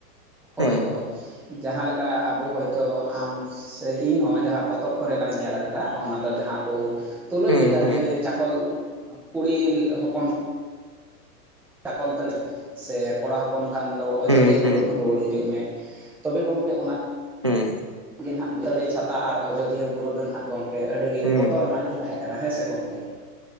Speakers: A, in the centre; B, on the right.
A: ᱦᱳᱭ
B: ᱦᱩᱸ
A: ᱦᱳᱭ ᱡᱟᱦᱟᱸ ᱞᱮᱠᱟ ᱟᱵᱚ ᱦᱚᱭᱛᱚ ᱟᱢ ᱥᱮ ᱤᱧᱦᱚᱸ ᱡᱟᱦᱟᱸ ᱯᱚᱛᱚᱵ ᱠᱚᱨᱮ ᱞᱟᱝ ᱧᱮᱞ ᱟᱠᱟᱫᱟ ᱚᱱᱟ ᱡᱟᱦᱟᱸ ᱠᱚ ᱛᱩᱞᱩᱡ
B: ᱦᱩᱸ
A: ᱞᱮᱫᱟ
B: ᱦᱩᱸ
A: ᱡᱮ ᱪᱟᱠᱚᱞ ᱠᱩᱲᱤ ᱦᱚᱯᱚᱱ ᱪᱟᱠᱚᱞᱛᱟᱹᱲᱤ, ᱥᱮ ᱠᱚᱲᱟ ᱦᱚᱯᱚᱱ ᱠᱷᱟᱱ ᱫᱚ ᱟᱡᱳᱫᱤᱭᱟᱹ
B: ᱦᱩᱸ
A: ᱵᱩᱨᱩ
B: ᱦᱩᱸ
A: ᱠᱷᱚᱱ ᱨᱩᱣᱟᱹᱲ ᱦᱤᱡᱩᱜ ᱢᱮ ᱛᱚᱵᱮ ᱜᱚᱝᱠᱮ ᱚᱱᱟ
B: ᱦᱩᱸ
A: <unintelligible> ᱪᱟᱞᱚᱠᱛᱟᱹᱲᱤ ᱪᱷᱟᱛᱟ ᱟᱨ ᱟᱡᱚᱫᱤᱭᱟᱹ ᱵᱩᱨᱩ ᱫᱚ ᱱᱟᱜ ᱜᱚᱝᱠᱮ ᱟᱹᱰᱤ ᱜᱮ
B: ᱦᱩᱸ
A: ᱵᱚᱛᱚᱨᱟᱱᱟᱜ ᱜᱮ ᱛᱟᱦᱮᱸ ᱠᱟᱱᱟ ᱦᱮᱸ ᱥᱮ ᱜᱚᱝᱠᱮ